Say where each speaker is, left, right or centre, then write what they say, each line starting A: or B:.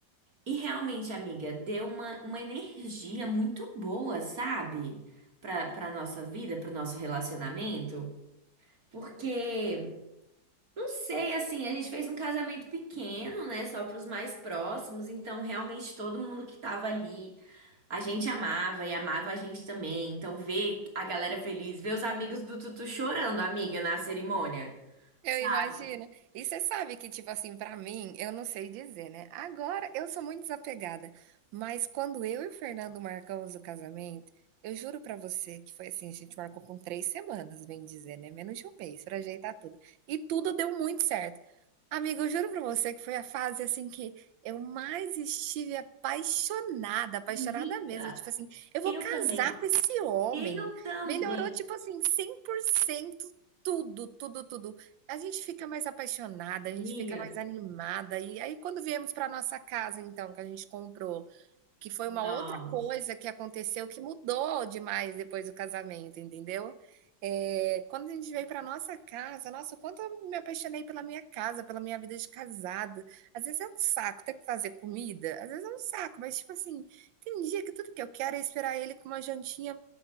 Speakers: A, on the right; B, on the right.
A: E realmente, amiga, deu uma, uma energia muito boa, sabe? Pra, pra nossa vida, pro nosso relacionamento. Porque. Não sei, assim, a gente fez um casamento pequeno, né, só para os mais próximos, então realmente todo mundo que tava ali, a gente amava e amava a gente também. Então ver a galera feliz, ver os amigos do Tutu chorando, amiga, na cerimônia.
B: Eu
A: Sabe?
B: imagino. E você sabe que, tipo assim, pra mim, eu não sei dizer, né? Agora eu sou muito desapegada, mas quando eu e o Fernando marcamos o casamento, eu juro pra você que foi assim, a gente marcou com três semanas, bem dizer, né? Menos de um mês pra ajeitar tudo. E tudo deu muito certo. Amigo, eu juro pra você que foi a fase assim que eu mais estive apaixonada, apaixonada
A: Amiga,
B: mesmo. Tipo assim, eu vou
A: eu
B: casar
A: também.
B: com esse homem.
A: Eu também.
B: Melhorou, tipo assim, cem por cento tudo, tudo, tudo. A gente fica mais apaixonada,
A: Minha.
B: a gente fica mais animada. E aí, quando viemos para nossa casa, então, que a gente comprou, que foi
A: Nossa.
B: uma outra coisa que aconteceu que mudou demais depois do casamento, entendeu? Eh, quando a gente veio para nossa casa, nossa, o quanto eu me apaixonei pela minha casa, pela minha vida de casada. Às vezes é um saco ter que fazer comida, às vezes é um saco, mas tipo assim, tem dia que tudo que eu quero é esperar ele com uma jantinha